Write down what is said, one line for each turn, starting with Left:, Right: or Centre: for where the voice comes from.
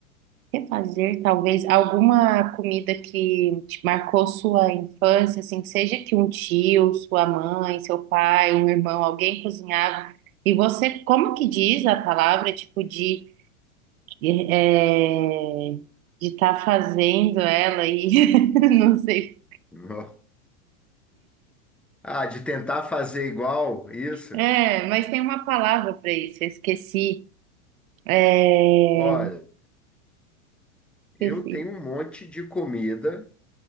Right: refazer talvez alguma comida que te marcou sua infância, assim, que seja que um tio, sua mãe, seu pai, um irmão, alguém cozinhava, e você, como que diz a palavra, tipo, de E, é, de estar fazendo ela e <laughs> não sei.
Centre: <laughs> Ah, de tentar fazer igual isso?
Right: É, mas tem uma palavra para isso, eu esqueci. É,
Centre: Olha, eu
Right: esqueci.
Centre: tenho um monte de comida